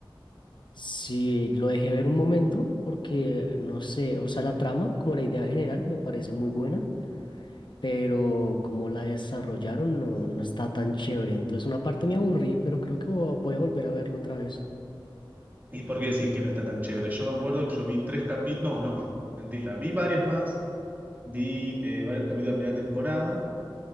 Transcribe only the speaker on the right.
¿Y por qué decís que no está tan chévere? Yo me acuerdo que yo vi tres capítulos, no, no, mentira, vi varios más, vi eh, varios capítulos de la primera temporada.